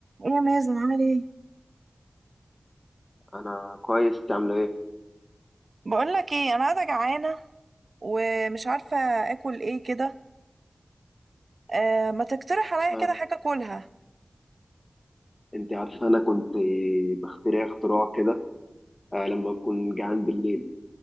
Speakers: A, on the right; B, on the left.
A: يا مازن عامل ايه
B: انا كويس انت عامله ايه
A: بقول لك ايه انا قاعده جعانه ومش عارفه اكل ايه كده آه ما تقترح عليا
B: آه.
A: كده حاجه اكلها
B: انت عارفه انا كنت بخترع اختراع كده آه لما اكون جعان بالليل